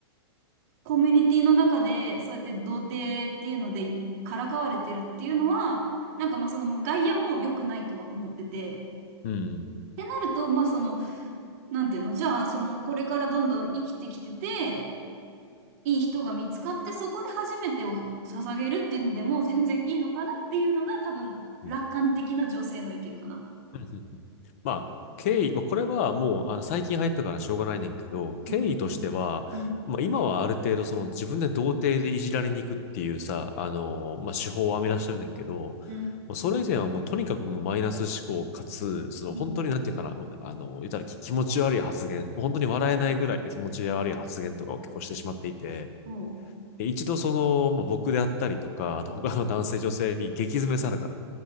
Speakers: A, on the right; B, on the left.
A: コミュニティの中でそうやって童貞っていうのでからかわれてるっていうのは、なんかまあその外野も良くないとは思ってて、
B: うん。うん。
A: ってなると、まあその、なんていうの、じゃあ、その、これからどんどん生きてきてて、いい人が見つかって、そこで初めてを捧げるっていうのでも全然いいのかなっていうのが多分楽観的な女性の意見かな。
B: うん。うんまあ、経緯、まあこれはもう、あの、最近入ったからしょうがないねんけど、経緯としては、
A: うん、うん、
B: まあ、今はある程度、その、自分で童貞でいじられに行くっていうさ、あの、まあ、手法を編み出してるねんけど、
A: うん。
B: もうそれ以前はもう、とにかくもうマイナス思考かつ、その、
A: うん。
B: 本当になんていうかな、まああの、言ったらき気持ち悪い発言、もう本当に笑えないぐらいの気持ち悪い発言とかを結構してしまっていて、
A: おう。
B: で一度その、まあ、僕であったりとか、あと他の男性女性に激詰めされたのよ。